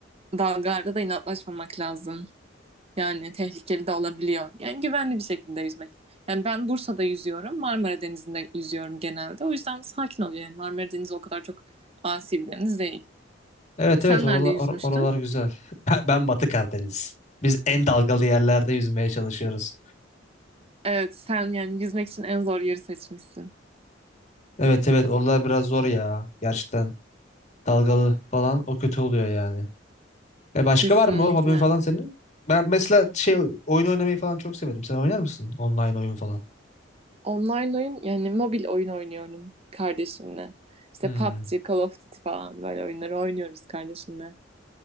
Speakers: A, on the right; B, on the left.
A: dalgalarda da inatlaşmamak lazım. Yani tehlikeli de olabiliyor. Yani güvenli bir şekilde yüzmek. Yani ben Bursa'da yüzüyorum, Marmara Denizi'nde yüzüyorum genelde. O yüzden sakin oluyor yani. Marmara Denizi o kadar çok asi bir deniz değil.
B: Evet
A: Sen
B: evet oralar,
A: nerede yüzmüştün?
B: or- oralar güzel.
A: <laughs>
B: <laughs> Ben, ben Batı Karadeniz. Biz en dalgalı yerlerde yüzmeye çalışıyoruz.
A: Evet, sen yani yüzmek için en zor yeri seçmişsin.
B: Evet evet oralar biraz zor ya gerçekten. Dalgalı falan o kötü oluyor yani. E başka
A: Kesinlikle.
B: var mı o hobin falan senin? Ben mesela şey oyun oynamayı falan çok severim. Sen oynar mısın online oyun falan?
A: Online oyun yani mobil oyun oynuyorum kardeşimle. İşte
B: Hmm.
A: PUBG, Call of Duty falan böyle oyunları oynuyoruz kardeşimle.